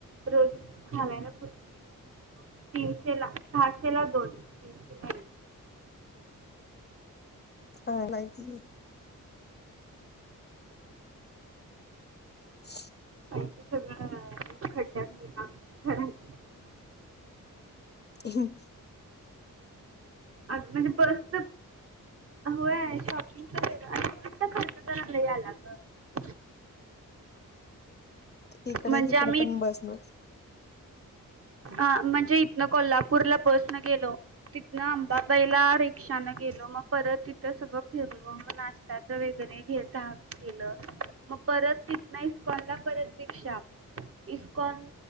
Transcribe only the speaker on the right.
रोज घालाय ना कुर्ती वगैर तीनशे ला सहाशे ला दोन तीनशे ला
प सगळं खड्डयात गेल घर
आ म्हणजे बसच होय शॉपिंग वेगळा आणि बसचा खर्च लय आला ग
म्हणजे
आम्ही
ह म्हणजे इथनं कोल्हापूरला बस न गेलो तिथनं अंबाबाईला रिक्षा न गेलो मग परत तिथं सगळं फिरलो नाष्टयाचे वैगरेे गेल मग परत तिथंन परत इस्कॉन रिक्षा इस्कॉन